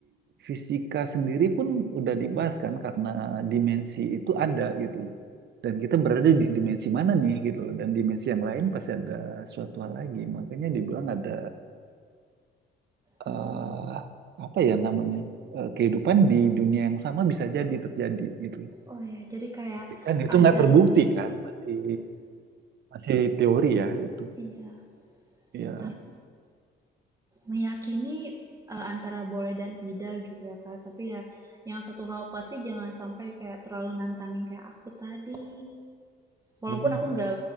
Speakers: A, on the right; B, on the right.
A: fisika sendiri pun udah dibahas kan karena dimensi itu ada gitu loh. Dan kita berada di dimensi mana nih gitu loh. Dan dimensi yang lain pasti ada suatu hal lagi. Makanya dibilang ada
B: Hmm,
A: eh apa ya namanya eh, kehidupan di dunia yang sama bisa jadi terjadi gitu.
B: oh ya, jadi kayak
A: Tapi kan itu
B: ada
A: nggak terbukti kan masih masih teori ya itu.
B: iya
A: Ya
B: ta- meyakini eh, antara boleh dan tidak gitu ya Kak. Tapi ya yang satu hal pasti jangan sampai kayak terlalu nantangin kayak aku tadi. Walaupun
A: benar.
B: aku nggak